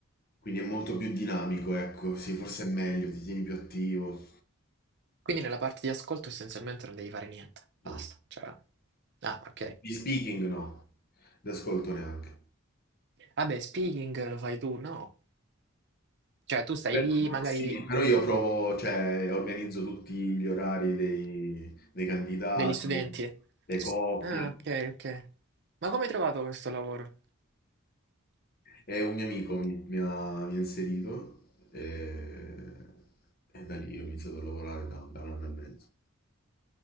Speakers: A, on the left; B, on the right.
A: Quindi è molto più dinamico, ecco, sì, forse è meglio, ti tieni più attivo.
B: Quindi nella parte di ascolto essenzialmente non devi fare niente, basta.
A: No.
B: Cioè... Ah, ok.
A: Di speaking no, d'ascolto neanche.
B: Vabbè, speaking lo fai tu, no? Cioè, tu stai
A: Per-
B: lì, magari...
A: sì. Però io provo, cioè, organizzo tutti gli orari dei, dei candidati,
B: Degli studenti?
A: le coppie.
B: Ah, ok, ok. Ma come hai trovato questo lavoro?
A: E un mio amico mi, mi ha, mi ha inserito e, e da lì ho iniziato a lavorare da, da un anno e mezzo.